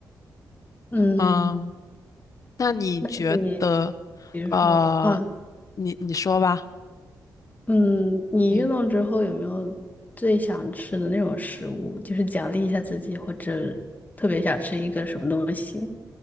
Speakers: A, on the left; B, on the left.
A: 嗯，
B: 嗯，那你觉得，
A: 你比如说，
B: 呃，
A: 嗯
B: 你你说吧，
A: 嗯，你运动之后有没有最想吃的那种食物，
B: 嗯
A: 就是奖励一下自己，或者特别想吃一个什么东西？